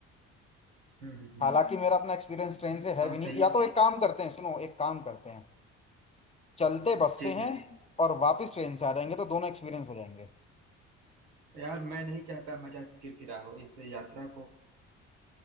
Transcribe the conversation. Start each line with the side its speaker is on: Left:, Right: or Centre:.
Right: हम्म हम्म हम्म,
Left: हालांकि मेरा अपना एक्सपीरियंस ट्रेन से है
Right: हाँ
Left: भी नहीं
Right: सही
Left: या
Right: है
Left: तो एक काम करते हैं सुनो एक काम करते हैं चलते
Right: हम्म,
Left: बस
Right: जी
Left: से हैं
Right: जी
Left: और वापस ट्रेन से आ जाएंगे तो दोनों एक्सपीरियंस हो जाएंगे
Right: यार मैं नहीं चाहता मजा किरकिरा हो इस यात्रा को